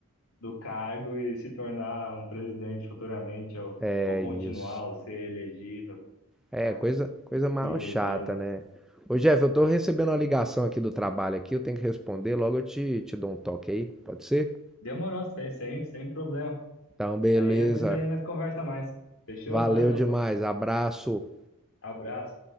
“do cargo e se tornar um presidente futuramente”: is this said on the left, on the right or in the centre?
Left